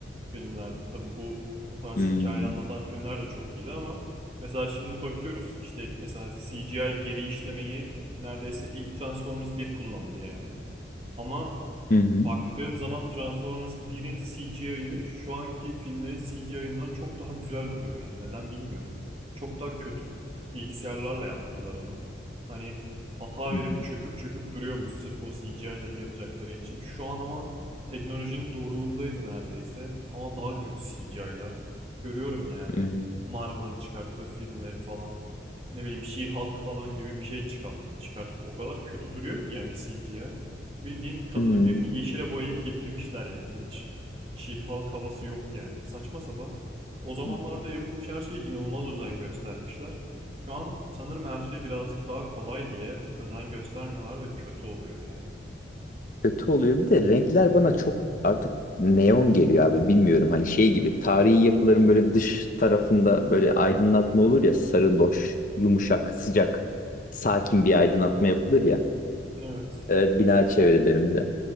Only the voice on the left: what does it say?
hı.
Hı hı.
Hı
hı.
Hı hı.
Hı
hı.
kötü oluyor. Bir de renkler bana çok artık neon geliyor abi bilmiyorum. Hani şey gibi tarihi yapıların böyle dış tarafında böyle aydınlatma olur ya sarı loş, yumuşak, sıcak, sakin bir aydınlatma yapılır ya
e, bina çevrelerinde.